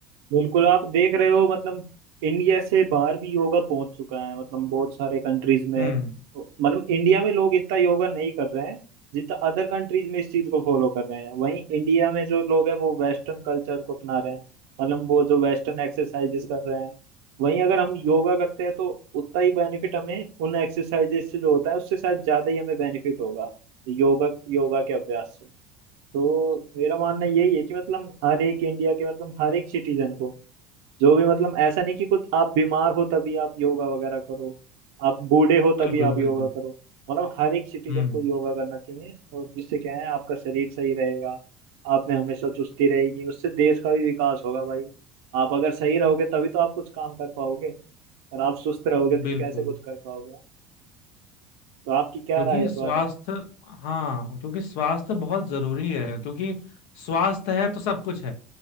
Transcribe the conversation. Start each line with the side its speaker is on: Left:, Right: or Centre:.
Right: बिल्कुल आप देख रहे हो मतलब इंडिया से बाहर भी योगा पहुंच चुका है मतलब बहुत सारे कंट्रीज में
Left: हम्म
Right: मतलब इंडिया में लोग इतना योगा नहीं कर रहे हैं जितना अदर कंट्रीज में इस चीज को फॉलो कर रहे हैं वहीं इंडिया में जो लोग हैं वो वेस्टर्न कल्चर को अपना रहे हैं मतलब वो जो वेस्टर्न एक्सरसाइजेस कर रहे हैं वहीं अगर हम योगा करते हैं तो उतना ही बेनिफिट हमें उन एक्सरसाइजेस से जो होता है उससे शायद ज्यादा ही हमें बेनिफिट होगा योगा योगा के अभ्यास से तो मेरा मानना यही है कि मतलब हर एक इंडिया के मतलब हर एक सिटीजन को जो भी मतलब ऐसा नहीं कि कुछ आप बीमार हो तभी आप योगा वगैरह करो आप बूढ़े हो तभी
Left: बिल्कुल
Right: आप
Left: बिल्कुल
Right: योगा करो मतलब हर एक सिटीजन
Left: हम्म
Right: को योगा करना चाहिए और जिससे क्या है आपका शरीर सही रहेगा आप में हमेशा चुस्ती रहेगी उससे देश का भी विकास होगा भाई आप अगर सही रहोगे तभी तो आप कुछ काम कर पाओगे और आप सुस्त रहोगे तो
Left: बिल्कुल
Right: कैसे कुछ कर पाओगे तो आपकी क्या
Left: क्योंकि
Right: राय है इस
Left: स्वास्थ्य
Right: बारे में
Left: हाँ क्योंकि स्वास्थ्य बहुत जरूरी है क्योंकि स्वास्थ्य है तो सब कुछ है